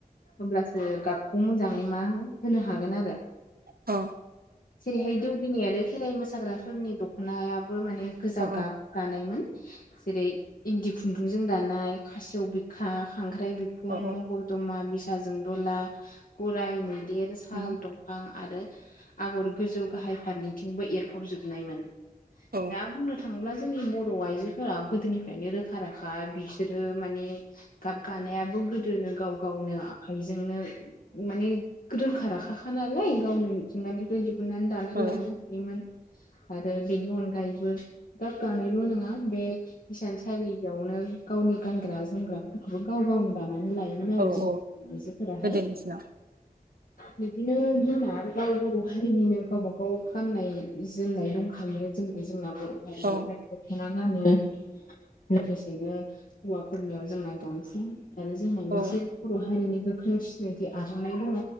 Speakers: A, on the left; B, on the right.
A: हब्लासो गाबखौ मोजाङै मा होनो हागोन आरो।
B: औ
A: जेरैहाय दौदिनि आनो खेराइ मोसाग्राफोरनि दख'नायाबो माने गोजा
B: अ
A: गाब गानायमोन जेरै इन्दि खुन्दुंजों दानाय खासेव बिखा खांख्राइ बिखुं
B: अ
A: मगदमा बि फिथाजों दला गराइ मैदेर साल
B: अ
A: दंफां आरो। आगर गोजौ गाहाय फारनैथिंबो एरफबजोबनायमोन
B: औ
A: दा बुंनो था थाङोब्ला जोंनि बर' आइजोफोरा गोदोनिफ्राय। बेनो रोखा राखा बिसोरो माने गाब गानायाबो गो दोनो गाव गावनो आखाइजोंनो। माने रोंखा राखा खा नालाय गावनो मिथिंगानिफ्राय। हमनानै दानानानै
B: औ
A: लानो हायोमोन। आरो बेनि अनगायैबो गाब गानायल' नङा बे। हिसानसालियावनो गावनि गानग्रा जोमग्रा। खौबो गाव गावनो दानानै लायोमोन
B: औ
A: आरो जों
B: औ
A: आइजोफोराहाय।
B: गोदोनि दिनाव
A: बिदिनो जोंहा गाव बर हा। उनिनो गावबा गाव गाननाय जोमनाय दंखङो जों ज जोंनाव। बर' हारियावहाय
B: औ
A: दखना गानो। लोगोसेनो हौवाफोरनियाव जोंना गामसा। आरो जोंना मोनसे
B: औ
A: बर' हारिनि गोख्रों सिनायथि आर'नाइ दङ